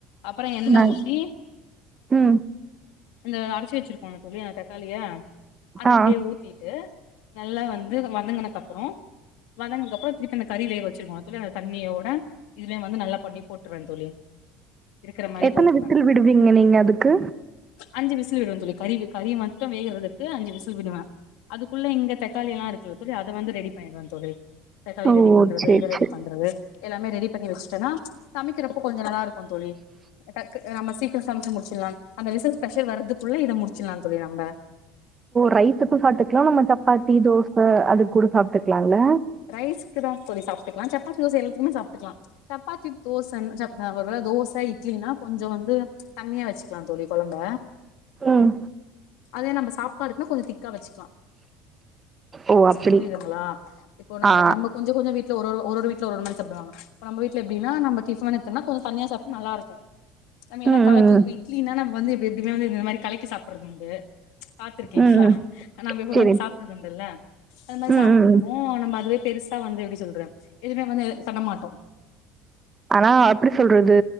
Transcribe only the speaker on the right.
நா
ம்
ஆ
எத்தன
விசில் விடுவீங்க நீங்க அதுக்கு
ஓ!
சரி,
சரி.
ரைஸுக்கு சாப்ட்டுக்கலா நம்ம சப்பாத்தி தோச அதுக்கு கூட சாப்ட்டுக்கலா இல்ல
ம்.
ஓ! அப்படி.
ஆ.
ம்,
ம், ம்.
ம், ம்.
சரி.
ம்,
ம், ம்.
ஆனா அப்டி சொல்றது